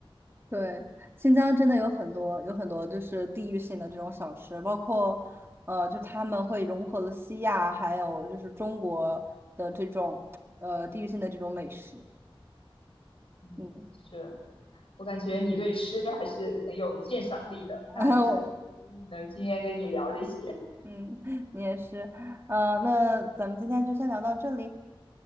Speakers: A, on the right; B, on the left.
A: 对，新疆真的有很多有很多就是地域性的这种小吃，包括呃，就他们会融合了西亚还有就是中国的这种呃地域性的这种美食。
B: <laughs> 嗯，
A: 嗯，
B: 是。我感觉你对吃还是很有鉴赏力的，
A: <laughs>
B: 那也是很开心能今天跟你聊这些。
A: 然后我。嗯，<laughs> 你也是，呃，那咱们今天就先聊到这里，